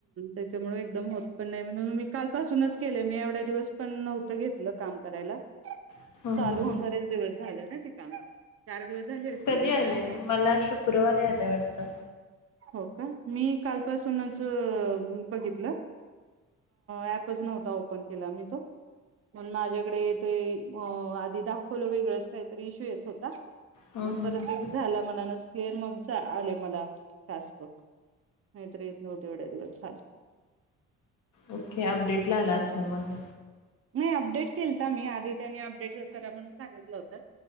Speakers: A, on the right; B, on the left.
A: ह मुळे एकदम होत पण नाही म्हणून मी कालपासूनच केलं मी एवढ्या दिवस पण नव्हतं घेतलं काम करायला
B: हम्म
A: चालू
B: हम्म हम्म.
A: होऊन बरेच दिवस झालं ना ते काम चार दिवस झाले असतील
B: कधी
A: एक
B: आले
A: जास्त
B: मला शुक्रवारी आले वाटतं
A: हो का मी कालपासूनच बघितलं ऍपच नव्हता ओपन केला मी तो पण माझ्याकडे ते अ आधी दाखवलं वेगळंच काहीतरी इश्यू येत होता
B: हा
A: मग
B: हा
A: परत
B: हा
A: एक झाला म्हनान क्लिअर मग आले मला टास्क नाहीतर येत नव्हत एवढ्या दिवस झालं
B: ओके अपडेट ला आला असेल मग
A: नाही अपडेट केलता मी आधी त्यांनी अपडेट करा म्हणून सांगितलं होतं